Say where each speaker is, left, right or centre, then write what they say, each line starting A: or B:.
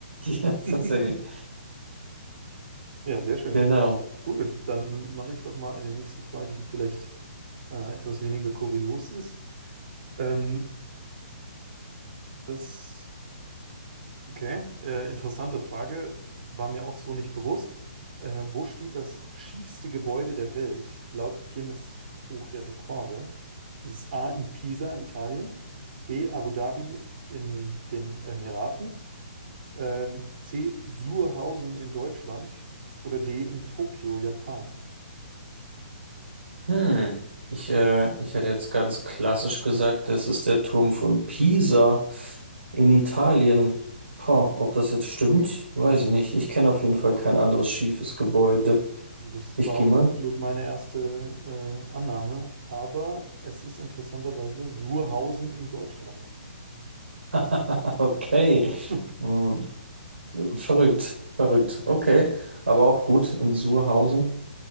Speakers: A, on the right; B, on the right.
A: Ja, tatsächlich.
B: <laughs> Ja, sehr schön.
A: Genau.
B: Cool. Dann mache ich doch mal eine nächste Frage, die vielleicht äh, etwas weniger kurios ist. Ähm, das, okay, äh, interessante Frage, war mir auch so nicht bewusst. Äh, wo steht das schiefste Gebäude der Welt laut Guinness Buch der Rekorde? Ist es A in Pisa, Italien, B Abu Dhabi in den Emiraten, Ähm, C. Surhausen in Deutschland oder D. in Tokio, Japan.
A: Hm. Ich, äh, ich hätte jetzt ganz klassisch gesagt, das ist der Turm von Pisa in Italien. Boah, ob das jetzt stimmt, weiß ich nicht. Ich kenne auf jeden Fall kein anderes schiefes Gebäude.
B: Also Das
A: Ich
B: war
A: gehe
B: auch
A: mal.
B: absolut meine erste äh, Annahme, aber es ist interessanterweise Surhausen in Deutschland.
A: <laughs> Okay.
B: Hm.
A: Hm, Verrückt, verrückt. Okay, aber auch gut in Surhausen.